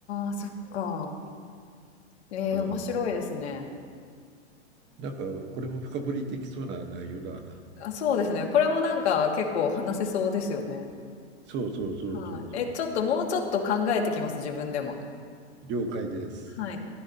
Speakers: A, on the left; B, on the right.
A: あそっか。えー、
B: うん。
A: 面白いですね。
B: なんかこれも深掘りできそうな内容だな。
A: あそうですね。これもなんか結構話せそうですよね。
B: そうそうそうそうそう。
A: はい。えちょっともうちょっと考えてきます自分でも。
B: 了解です。
A: はい。